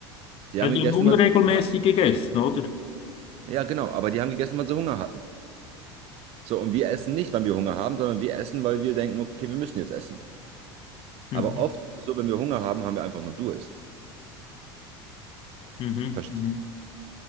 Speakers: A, on the right; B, on the left.
A: Die
B: Ja,
A: haben
B: die
A: gegessen,
B: haben unregelmäßig
A: wann sie Hunger hatten.
B: gegessen, oder?
A: Ja, genau, aber die haben gegessen, wann sie Hunger hatten. So, und wir essen nicht, wann wir Hunger haben, sondern wir essen, weil wir denken, okay, wir müssen jetzt essen. Aber
B: Mhm.
A: oft ist es so, wenn wir Hunger haben, haben wir einfach nur Durst.
B: Mhm.
A: Verstehst
B: Mhm.